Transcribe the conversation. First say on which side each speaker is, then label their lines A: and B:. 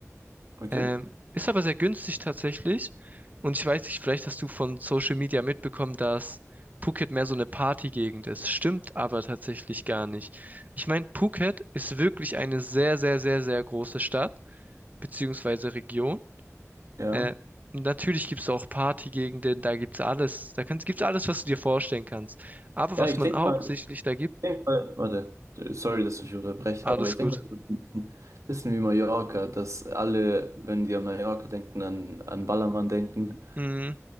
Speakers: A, on the right; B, on the right.
A: Okay.
B: Ähm, ist aber sehr günstig tatsächlich. Und ich weiß nicht, vielleicht hast du von Social Media mitbekommen, dass Phuket mehr so eine Partygegend ist. Stimmt aber tatsächlich gar nicht. Ich meine, Phuket ist wirklich eine sehr, sehr, sehr, sehr große Stadt, beziehungsweise Region.
A: Ja.
B: Äh, natürlich gibt es auch Partygegenden, da gibt's alles. Da kannst, gibt's alles, was du dir vorstellen kannst. Aber
A: Ja,
B: was
A: ich
B: man
A: denke
B: hauptsächlich
A: mal, ich
B: da gibt,
A: denk mal, warte, sorry, dass ich dich unterbreche,
B: alles
A: aber ich denke
B: gut.
A: mal, das ist ein bisschen bisschen wie Mallorca, dass alle, wenn die an Mallorca denken, an, an Ballermann denken.
B: Mm.